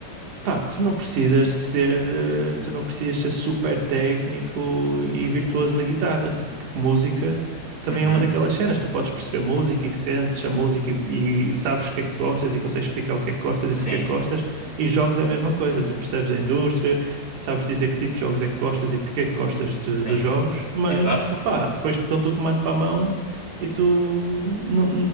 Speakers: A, on the right; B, on the right.
A: Pá, tu não precisas ser, eh, tu não precisas ser super técnico e virtuoso na guitarra, tipo, porque música também
B: Uhum,
A: é uma daquelas cenas, tu podes perceber música e sentes a música e, e sabes o que é que gostas e consegues explicar o que é que gostas
B: sim,
A: e porque é que gostas, e jogos é a mesma coisa, tu percebes a indústria, sabes dizer que tipo de jogos é que gostas e porque é que gostas de-
B: sim,
A: dos jogos, mas,
B: exato.
A: opá, depois dão-te o comando para a mão e tu não,